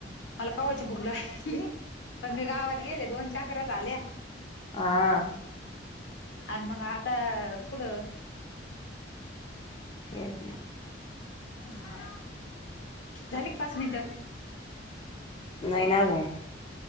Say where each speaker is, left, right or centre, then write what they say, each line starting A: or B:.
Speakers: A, on the left (about 80°); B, on the left (about 30°).
A: मला कवाची भुक लागली. पण मी गावात गेले, दोन चकऱ्या झाल्या.
B: आ.
A: आण मग आता कुठं?
B: तेच ना
A: हा झाले का पाच मिनिटं?
B: नाही ना आजून.